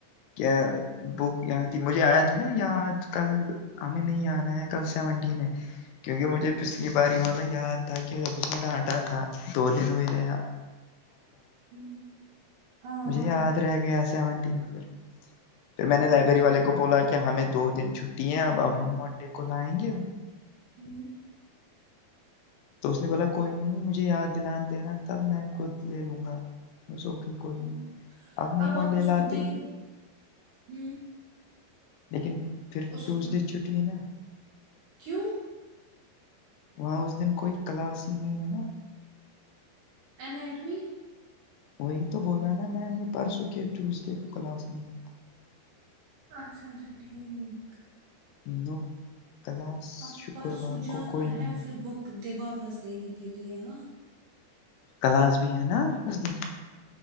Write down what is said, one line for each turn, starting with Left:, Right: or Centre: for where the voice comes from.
Left: کیا بک یہاں تھی مجھے آیاتھا نا یاد کل ہمیں نہیں آنا ہے کل سیونٹین ہے کیونکہ مجھے پچھلی یہ باری والا یاد تھا کہ جب اس نے ڈانٹا تھا دو دن ہوئے یا
Right: ہوں ہاں
Left: مجھے
Right: ہاں
Left: یاد رہ گیا سیون ٹین پھر میں نے لائبریری
Right: اچھا
Left: والے کو بولا کیا ہمیں دو دن چھٹی ہے اب اب ہم منڈے کو لائیں گے
Right: ہوں
Left: تو اس نے بولا کوئی نہیں مجھے یاد دلا دینا تب میں خود لے لوں گا اٹس اوکے کوئی نہیں
Right: ہ
Left: نہیں
Right: اب
Left: منڈے
Right: آپ اس
Left: لاتے
Right: کو دے ہ
Left: لیکن پھر ٹیوزڈے
Right: کو
Left: چھٹی ہے نا
Right: کیوں
Left: وہاں اس دن کوئی کلاس ہی نہیں ہے نا
Right: اینیٹمی
Left: وہی تو بولا نا میں نے پرسوں کے ٹیوزڈے کو کلاس نہیں
Right: اچھا اچھا ٹھیک
Left: تو کلاس
Right: اب
Left: شکروار
Right: پرسوں جانا
Left: کو کوئی نہیں
Right: ہے فر بک دے واپس دینے کے لیے ہاں
Left: کلاس بھی ہے نا اس دن